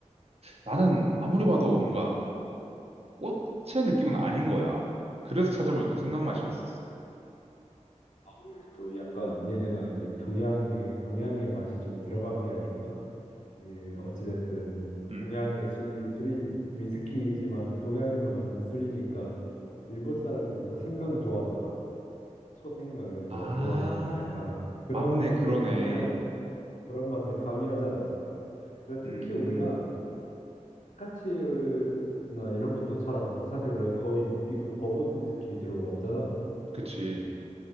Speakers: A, on the right (about 55°); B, on the left (about 75°).
A: 나는 아무리 봐도 뭔가 꽃의 느낌은 아닌 거야. 그래서 찾아보니까 생강맛이었었어.
B: 아무래도 약간 얘네가 이제 동양의 동양의 맛이 좀 들어간 게 아닐까? 예, 어찌됐든
A: 음.
B: 동양의 술이 술인 위스키지만 동양에서 만든 술이니까 일본 사람들이 또 생강 좋아하잖아. 초생강 이런
A: 아,
B: 거 좋아하니까 약간
A: 맞네,
B: 그런 맛을
A: 그러네.
B: 가미하 그런 맛을 가미하지 않았을까? 근데 특히
A: 음,
B: 우리가 스카치나 이런 것도 잘 안 먹고 사실 우리가 거의 미국 버번 위스키 위주로 먹었잖아.
A: 그치.